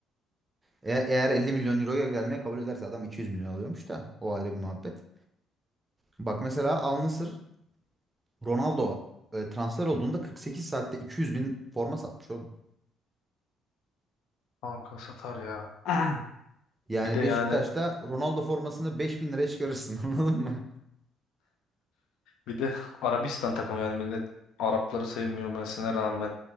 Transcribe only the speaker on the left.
Kanka satar ya. <clears throat>
Bir de yani
bir de Arabistan takımı yani millet Arapları sevmiyor mesela rağmen